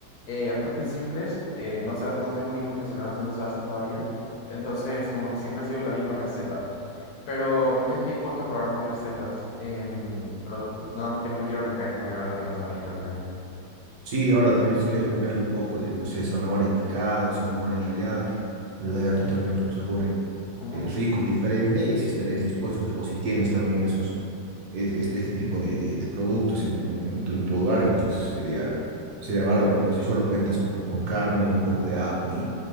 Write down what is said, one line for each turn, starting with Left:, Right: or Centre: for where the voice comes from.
Left: eh, bastante simples, eh, no sé, no soy muy profesional haciendo salsas todavía, entonces como que siempre sigo la misma receta. Pero también estoy dispuesto a probar más recetas, em, pero nada más que no me quiero arriesgar y poner algo que no sea rico al final.
Right: Sí, ahora también si quieres ponerle un poco de, no sé, zanahoria picada o zanahoria rallada, que le daría totalmente un sabor
Left: Ujú.
Right: eh, rico y diferente, y si estarías dispuesto o si, o si tienes también esos es- este, este tipo de, de- de productos en, en- en tu, en tu hogar, entonces sería, sería bárbaro, pero si solo cuentas con, con carne, un poco de ajo y,